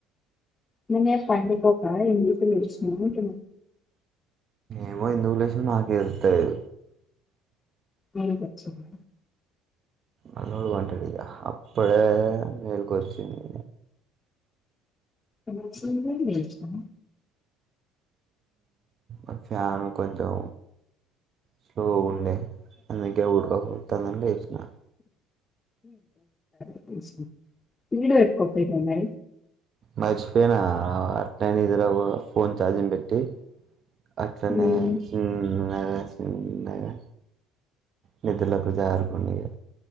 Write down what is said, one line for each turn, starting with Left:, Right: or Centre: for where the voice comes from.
Left: తినేస్ పండుకొక ఎందుకు ముగించాండి
Right: ఏమో ఎందుకులేసిందొ నాకే తెళ్తాది
Left: ప్రీ గా వచ్చింది
Right: అన్నోడు వాంటెడ్గా అప్పుడే మెల్కొవచ్చింది
Left: కోచింగ్ మీ ఇష్టము
Right: అ ఫ్యాను కొంచెం స్లో గా ఉండె అందుకే ఉడక పోత్తాందని తెచ్చిన
Left: <unintelligible> ఇడు పెట్టుకొకపొయినవా మరి
Right: మర్చిపోయినా అట్నే నీదిరా ఫోన్ ఛార్జింగ్ పెట్టి అట్లానే
Left: ఉమ్,
Right: మ్మ్ నాదస్ ఉన్నాయా <unintelligible> తెల్లపు జారుకుండే ఇగ